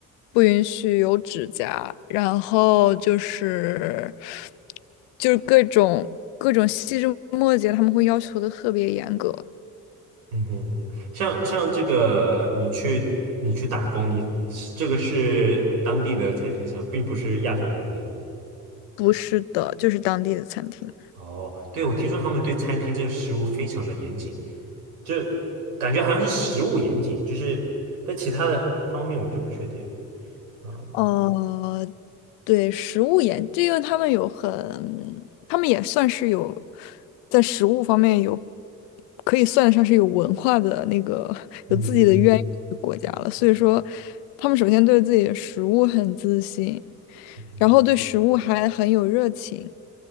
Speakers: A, on the left (about 70°); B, on the right (about 80°).
A: 不允许有指甲，然后就是就是各种各种细枝末节，他们会要求的特别严格。
B: 嗯哼，像像这个你去你去打工，你这个是当地的餐厅是吧，并不是亚洲餐厅。
A: 不是的，就是当地的餐厅。
B: 哦，对，我听说他们对餐厅这个食物非常的严谨。就感觉好像是食物严谨，就是在其他的方面我就不确定啊。
A: 呃，对，食物研，这个他们有很，他们也算是有在食物方面有，可以算得上是有文化的那个 <laughs>
B: 嗯嗯
A: 有自己的渊源的国家了。所以说，他们首先对自己的食物很自信，
B: 嗯嗯，
A: 然后对食物还很有热情，